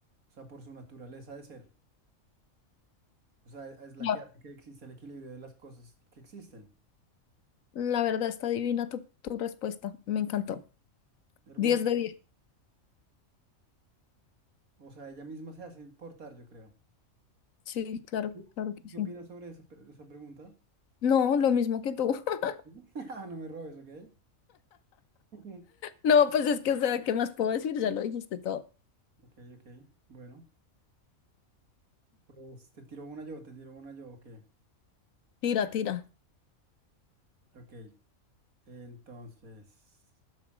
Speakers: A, on the right (about 85°); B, on the left (about 75°).
A: O sea, por su naturaleza de ser. O sea, es es la
B: Ya.
A: que hace que exista el equilibrio de las cosas que existen.
B: La verdad está divina tu, tu respuesta. Me encantó.
A: Hermoso.
B: diez de 10.
A: O sea, ella misma se hace importar, yo creo.
B: Sí, claro,
A: ¿Tú
B: claro que
A: ¿Qué
B: sí.
A: opinas sobre esa, pre- esa pregunta?
B: No, lo mismo que tú. <laughs>
A: <laughs> No me robes, ¿ok? <laughs>
B: No, pues es que, o sea, ¿qué más puedo decir? Ya lo dijiste todo.
A: Ok, ok, ok. Bueno, pues te tiro una yo, te tiro una yo, ok.
B: Tira, tira.
A: Ok, entonces,